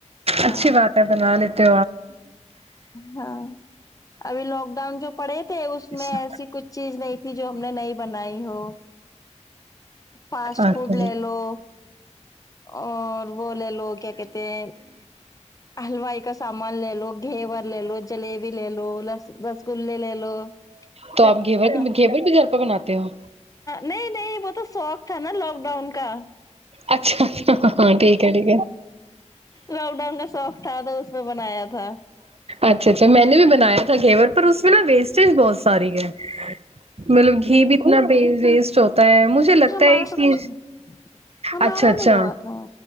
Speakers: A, on the left (about 30°); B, on the right (about 55°).
A: ہاں
B: اچھی بات ہے بنا لی تو
A: ہاں ابھی لاک ڈاؤن جو پڑے تھے اس
B: اچھا
A: میں ایسی کچھ چیز نہیں تھی جو ہم نے نہیں بنائی تو فاسٹ
B: اوکے،
A: فوڈ لے لو اور بولے لو کیا کہتے ہیں ہلوائی کا سامان لے لو گھی بر لے لو جلیبی لے لو ل رس گے لے لو
B: تو
A: سباں
B: آپ گھیور گھیور بھی گھر پہ بناتے ہو
A: نہیں نہیں وہ تو سوق تھا نا لاک ڈاؤن کا
B: اچ ہاں ٹھیک ہے ٹھیک ہے
A: لاک ڈاؤن کا شوق تھا تو اس میں بنایا تھا
B: اچھا اچھا میں نے بھی بنایا تھا گ پر اس میں نا ویسٹیج بہت ساری ہے مطلب گھی بھی اتنا ویسٹ ہوتا ہے مجھے لگتا ہے
A: مارا
B: کہ
A: تو کچھ نہیں ہ
B: اچھا
A: مارا
B: اچھا
A: نہیں ہوا تھا